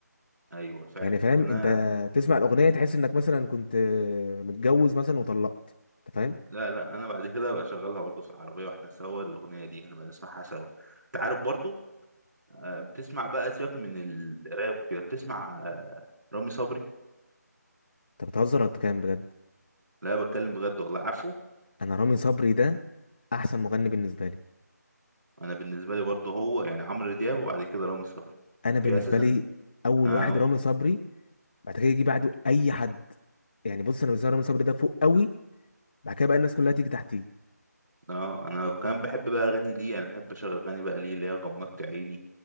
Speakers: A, on the right (about 85°); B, on the left (about 30°).
A: ايوه فعلا
B: يعني فاهم
A: انا
B: انت تسمع الاغنيه تحس انك مثلا كنت متجوز مثلا وطلقت انت فاهم
A: لا لا انا بعد كده بقى شغالها برضو في العربيه واحنا سوا الاغنيه دي هنبقى نسمعها سوا انت عارف برضو آه، بتسمع بقى سيبك من الراب وكده بتسمع آه، رامي صبري
B: انت بتهزر ولا بتتكلم بجد
A: لا بتكلم بجد والله عارفه
B: انا رامي صبري ده احسن مغني بالنسبه لي
A: انا بالنسبه لي برضو هو يعني عمرو دياب وبعد كده رامي صبري
B: انا
A: في
B: بالنسبه
A: اساسا
B: لي اول
A: آه،
B: واحد
A: قول.
B: رامي صبري بعد كده يجي بعده اي حد يعني بص انا بالنسبه لي رامي صبري ده فوق قوي بعد كده بقى الناس كلها تيجي تحتيه
A: اه انا كمان بحب بقى اغني ليه انا بحب اشغل اغاني بقى ليه اللي هي غمضت عيني